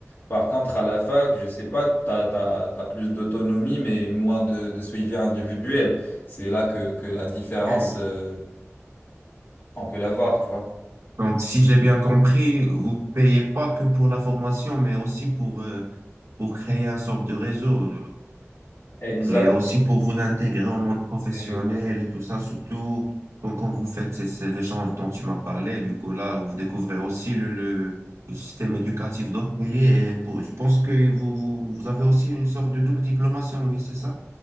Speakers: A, on the left; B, on the right.
A: Par contre, à la fac, je sais pas, tu as, plus d'autonomie, mais moins de, de suivi individuel. C'est là que, que la différence,
B: Ok.
A: euh, on peut la voir, tu vois.
B: Donc, si j'ai bien compris, vous payez pas que pour la formation, mais aussi pour, euh, pour créer un sorte de réseau.
A: Exact.
B: Et aussi pour vous intégrer au monde professionnel
A: Exact.
B: et tout ça, surtout quand, quand vous faites ces, ces échanges dont tu m'as parlé, du coup là, vous découvrez aussi le, le, le système éducatif d'autres pays et pour- je pense que vous, vous, vous avez aussi une sorte de double diplomation, oui, c'est ça?